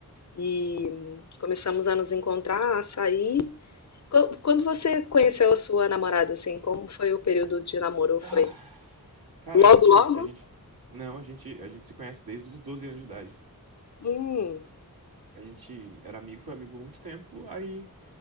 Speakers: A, on the left (about 50°); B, on the right (about 70°).
A: e começamos a nos encontrar, a sair. Qu- Quando você conheceu a sua namorada, assim, como foi o período de namoro?
B: Ah,
A: Foi
B: cara,
A: logo,
B: a gente,
A: logo?
B: a gente, não, a gente, a gente se conhece desde os 12 anos de idade.
A: Hum,
B: A gente era amigo, foi amigo por muito tempo, aí